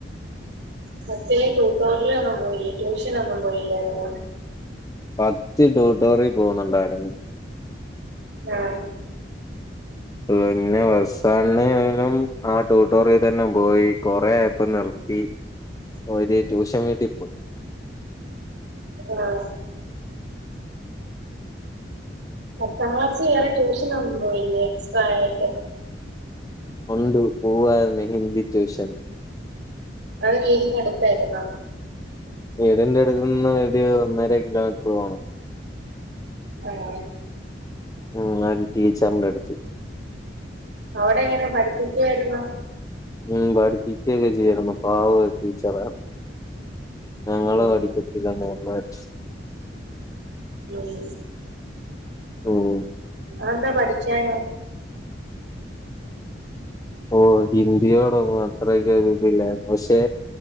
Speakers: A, on the right; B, on the left.
A: പത്തിലും ടുട്ടോറിയിലൊന്നും പോയില്ല ട്യൂഷനൊന്നും പോയില്ലാരുന്നോ
B: പത്തി ട്യൂട്ടോറിയിൽ പോന്നുണ്ടായിരുന്നു
A: ആഹ്
B: പിന്നെ അവസാനം ആ ട്യൂട്ടോറിൽ തന്നെ പോയി കൊറെ ആയപ്പം നിർത്തി
A: <unintelligible>
B: ഒരു ട്യൂഷൻ വീട്ടി പോയി
A: ആഹ് പത്താം ക്ലാസി വേറെ ടൂഷനൊന്നും പോയില്ലേ എക്സ്ട്ര ആയിട്ട്.
B: ഒണ്ട് പോവായിരുന്നു ഹിന്ദി ട്യൂഷൻ.
A: അത് വീടിന്റെ അടുത്തായിരുന്നോ
B: വീടിന്റെ അടുത്തുന്ന് ഒരു ഒന്നര കിലോമീറ്റർ പോണം
A: ആഹ്
B: ഉം, ഒരു ടീച്ചറിന്റെ അടുത്ത്
A: അവിടെ എങ്ങനെ പഠിപ്പിക്കായിരുന്നോ
B: ഉം പഠിപ്പിക്കൊക്കെ ചെയ്യാരുന്നു പാവം ഒരു ടീച്ചർ ആണ് ഞങ്ങള്
A: ഉം
B: പഠിക്ക ത്തില്ലേ ഒള്ളാരുന്നു
A: ഉം <inaudible>
B: ഉം
A: അതെന്താ പഠിക്കാഞ്ഞെ
B: ഓഹ് ഹിന്ദിയോടൊന്നും അത്രയ്ക്കൊരു പിന്നെ പക്ഷെ